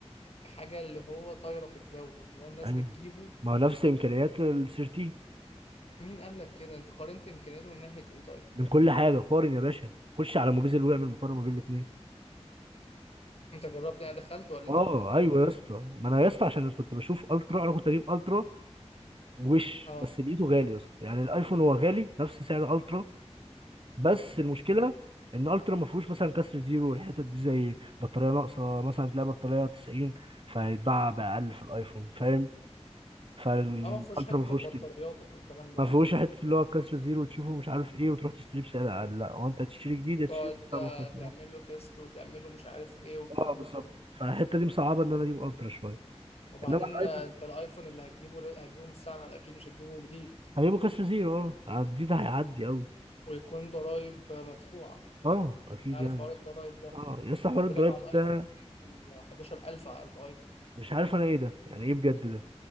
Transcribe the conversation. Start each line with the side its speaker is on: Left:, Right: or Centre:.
Left: حاجة اللي هو طايرة في الجو اللي هو الناس
Right: ايوه
Left: بتجيبه
Right: ما هو نفس امكانيات ال 13
Left: مين قال لك كده انت قارنت امكانياته من ناحية ايه طيب
Right: من كل حاجه قارن يا باشا خش على موبيزل واعمل مقارنه ما بين الاثنين
Left: انت جربت يعني دخلت ولا
Right: اه
Left: انت بتقول كده
Right: ايوه
Left: من
Right: يا اسطى ما انا يا اسطى عشان كنت بشوف الترا انا كنت اجيب الترا وش
Left: اه
Right: بس لقيته غالي يا اسطى يعني الايفون هو غالي نفس سعر الترا بس المشكله
Left: م.
Right: ان الترا ما فيهوش مثلا كسر زيرو والحتت دي زي بطاريه ناقصه مثلا تلاقي بطاريه 90 فيتباع باقل في الايفون فاهم فالالترا
Left: اه ما فيهوش حتة
Right: ما فيهوش
Left: البطاريات
Right: كده
Left: والكلام ده
Right: ما فيهوش حته اللي هو كسر زيرو وتشوفه مش عارف ايه وتروح تشتريه بسعر اقل لا هو انت هتشتري جديد
Left: وتقعد
Right: هتشتري بسعر
Left: آه،
Right: خالص
Left: تعمل له تيست وتعمل له مش عارف ايه والكلام
Right: اه بالظبط
Left: ده كله
Right: فالحته دي مصعبه ان انا اجيب الترا شويه
Left: وبعدين
Right: انما الايفون
Left: آه، انت الايفون اللي هتجيبه لا- هتجيبه مستعمل اكيد مش هتجيبه جديد
Right: هجيبه كسر زيرو اه الجديد هيعدي قوي
Left: ويكون ضرايب آه، مدفوعة
Right: اه اكيد
Left: انت عارف
Right: يعني
Left: حوار الضرايب ده
Right: اه يس حوار
Left: بيقول
Right: الدرايف
Left: لك على الايفون
Right: ده
Left: بينزل 11000 على الايفون
Right: مش عارف انا ايه ده يعني ايه بجد ده